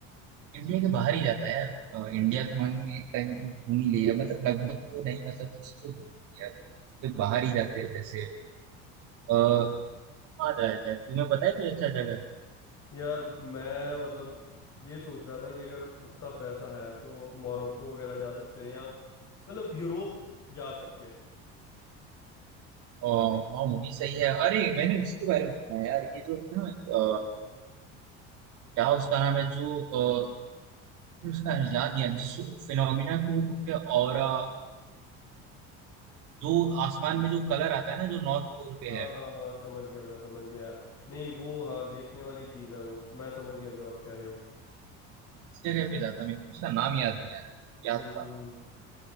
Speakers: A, on the right; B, on the left.
A: इंडिया के बाहर ही जाता है यार अ, इंडिया तो मान लो एक टाइम पे घूम ही लिया मतलब लगभग तो नहीं मतलब कुछ तो घूम लिया तो
B: हम्म
A: बाहर ही जाते हैं जैसे आ, आ जाए जाए तुम्हें पता है कोई अच्छा जगह
B: यार मैं मतलब ये सोच रहा था कि अगर उतना पैसा है तो मोरक्को वगैरह जा सकते हैं या मतलब यूरोप जा सकते हैं
A: अ, हाँ वो भी सही है अरे मैंने उसके बारे में सुना है यार ये जो है ना अ, क्या उसका नाम है जो अ, उसका याद नहीं आ रहा, जिस फिनोमिना को वो बोलते हैं ऑरा जो आसमान में जो कलर आता है ना जो नॉर्थ पोल पे
B: हाँ
A: है
B: हाँ हाँ समझ गया मैं समझ गया यार नहीं वो हाँ देखने वाली चीज़ है वो मैं समझ गया जो आप कह रहे हो
A: इस जगह पे जाता है मेरे को उसका नाम याद नहीं आ रहा याद
B: हम्म हम्म
A: था
B: हम्म।